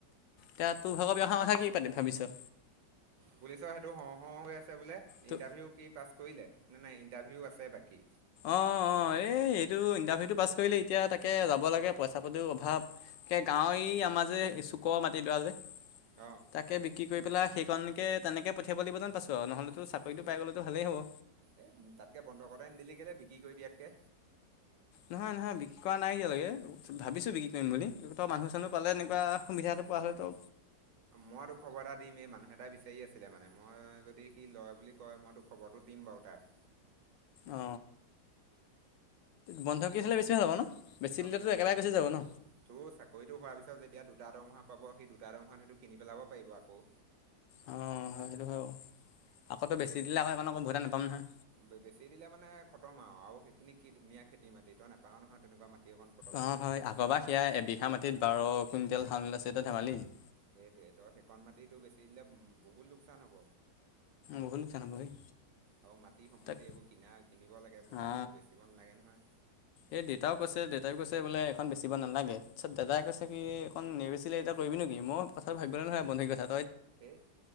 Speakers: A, on the left (about 80°); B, on the right (about 80°).
A: তাত <unintelligible> অহাৰ কি পাতিম ভাবিছ
B: পুলিচৰ সেইটো হও হও হৈ আছে বোলে
A: তো
B: ইণ্টাৰভিউ কি পাছ কৰিলে না নাই ইণ্টাৰভিউও আছে বাকী
A: অ অ এই এইটো ইণ্টাৰভিউটো পাছ কৰিলে, এতিয়া তাকে যাব লাগে পইচা পাতিৰ অভাৱ কে গাঁৱৰ ই আমাৰ যে চুকৰ মাটিডৰা যে,
B: অ
A: তাকে বিক্ৰী কৰি পেলাই সেইকণকে তেনেকে পঠিয়াব লাগিব যেন পাইছো আৰু নহ'লেটো চাকৰিটো পাই গ'লেতো ভালেই হ'ব।
B: এই তাতকে বন্ধ কৰাই নিদিলি কেলে, বিক্ৰী কৰি দিয়াতকে
A: নহয় নহয় বিক্ৰী কৰা নাই এতিয়ালৈকে ভাবিছো বিক্ৰী কৰিম বুলি তই মানুহ চানুহ পালে এনেকুৱা সুবিধাটো পোৱা হ'লেটো
B: মই তোক খবৰ এটা দিম এই মানুহ এটাই বিচাৰি আছিলে মানে মই যদি সি লয় বুলি কয় মই তোক খবৰটো দিম বাৰু তাৰ
A: অ বন্ধ কি আছিলে বেছি ভাল হ'ব ন বেছি
B: অ
A: দিলেতো একেবাৰে
B: ভা
A: গুচি যাব ন
B: তোৰ চাকৰিতটো হোৱাৰ পিছত যেতিয়া দুটা দৰমহা পাব সেই দুটা দৰমহাত‌ হয়টো কিনি পেলাব পাৰিব আকৌ
A: অ হয় সেইটো হয় বাৰু আকৌ তই
B: তাকেহে
A: বেছি দিলে আকৌ সেইকণ আকৌ উভতাই নাপাম নহয়
B: বে বেছি দিলে মানে খতম আৰু আৰু সেইখিনি কি ধুনীয়া খেতি মাটি তই নাপাওঁ নহয় তেনেকুৱা মাটি অকণ পটককৈ
A: অ হয় আগৰ বাৰ সেয়া এবিঘা মাটিত বাৰ কুইণ্টেল ধান আছে তই ধেমালি নেকি
B: সেইটোৱে তই সেইকণ মাটিতো বেচি দিলে ম বহুত লোকচান হ'ব।
A: বহুত লোকচান হব হেই
B: আৰু মাটি সম্পত্তি
A: তাক
B: এইবোৰ কিনা কিনিব লাগে মানুহে
A: অ
B: এইবোৰ বেচিব নালাগে নহয়।
A: এই দেতাও কৈছে, শদেতাইও কৈছে বোলে এখন বেচিব নালাগে, তাৰছত দাদাই কৈছে কি এইখন নেবেছো ছিলে এতিয়া কৰিবি নেকি মই কথাটো ভাবিবলৈ নহয় বন্ধুই কৈছে
B: এ